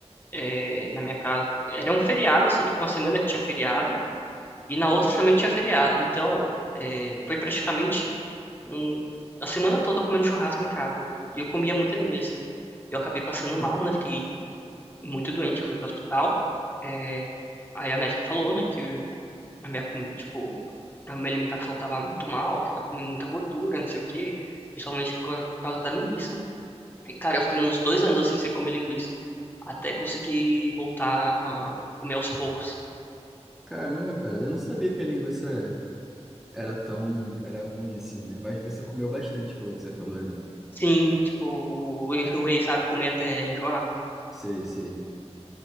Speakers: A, on the left; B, in the centre.
A: é, na minha casa. Era um feriado, assim, tipo, uma semana que tinha feriado, e na outra também tinha feriado. Então, é, foi praticamente um, a semana toda comendo churrasco em casa. E eu comia muita linguiça. Eu acabei passando mal, né? Fiquei muito doente, fui pro hospital. É, aí a médica falou, né, que a minha, comi- tipo, a minha alimentação tava muito mal, que eu tava comendo muita gordura, não sei o quê, principalmente por causa por causa da linguiça. E, cara, eu fiquei uns dois anos assim sem comer linguiça. Até conseguir voltar a comer aos poucos.
B: Caramba, cara, eu não sabia que a linguiça era tão, era ruim assim, né? Mas você comeu bastante, pelo que você falou, né?
A: Sim, tipo, eu enjoei, sabe? Comer até enjoar.
B: Sei, sei.